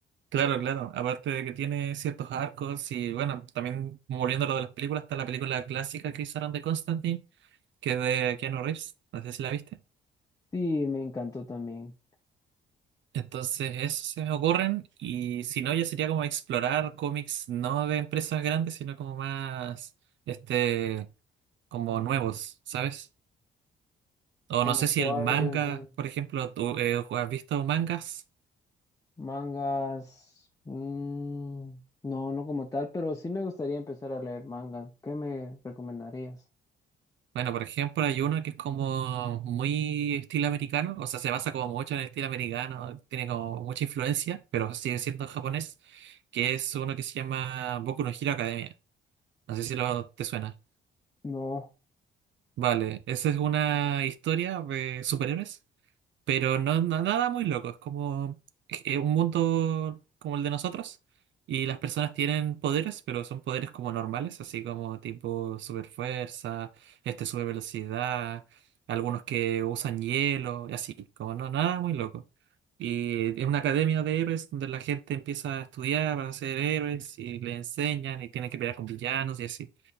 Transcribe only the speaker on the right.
claro, claro. Aparte de que tiene ciertos arcos y bueno, también volviendo a lo de las películas, está la película clásica que hicieron de Constantine que es de Keanu Reeves, no sé si la viste.
Entonces, eso se me ocurren y si no, ya sería como explorar cómics no de empresas grandes, sino como más, este, como nuevos, ¿sabes? O
no sé si
el manga,
por ejemplo, ¿tú eh, has visto mangas?
Bueno, por ejemplo, hay uno que es como muy estilo americano, o sea, se basa como mucho en el estilo americano, tiene como mucha influencia, pero sigue siendo japonés, que es uno que se llama Boku no Hero Academia. No sé si lo te suena.
Vale, esa es una historia de superhéroes, pero no, no- nada muy loco, es como eh, un mundo como el de nosotros y las personas tienen poderes, pero son poderes como normales, así como tipo super fuerza, este super velocidad, algunos que usan hielo y así, como no nada muy loco. Y es una academia de héroes donde la gente empieza a estudiar para ser héroes y le enseñan y tienen que pelear con villanos y así.